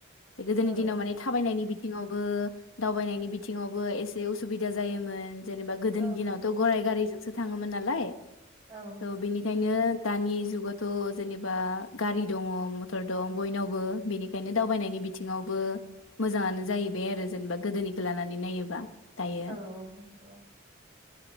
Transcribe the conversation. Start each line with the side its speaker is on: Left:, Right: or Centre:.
Left: गोदोनि
Right: औ
Left: दिनाव माने थाबायनायनि बि दंबावो दावबायनायनि बि बिथिङावबो एसे उसुबिदा जायोमोन जेनेबा गोदो
Right: औ
Left: दिनावथ' गराय गारिजों सो थाङोमोन नालाय
Right: औ नंगौ
Left: थ बेनिखायनो दानि जुगावथ' जेनेबा गारि दङ मथर दं बयनावबो बेनिखायनो दावबायनायनि बिथिङावबो मोजाङानो जाहैबाय आरो जेनेबा गोदोनिखौ लानानै नानै नायोबा दायो
Right: औ नोंंगौ